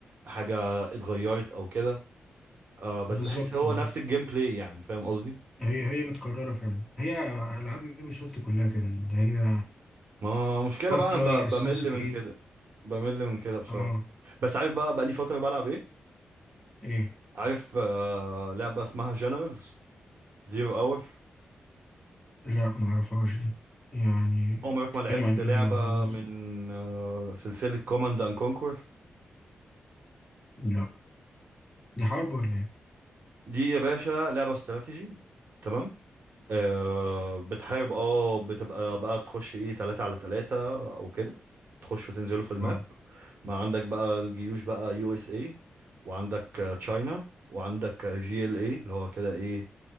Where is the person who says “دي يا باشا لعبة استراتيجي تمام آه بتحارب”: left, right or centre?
Right